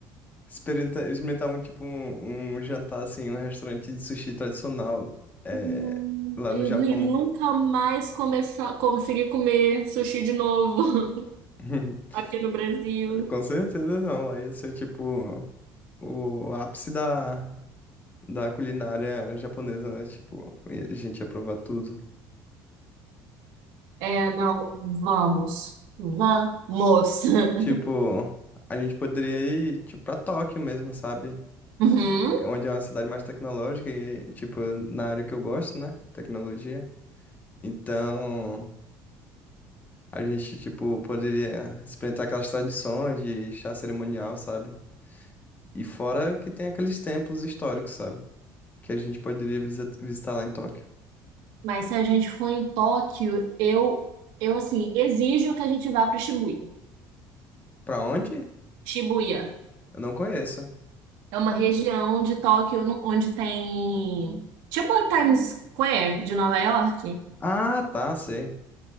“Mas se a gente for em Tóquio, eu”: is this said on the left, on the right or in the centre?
Right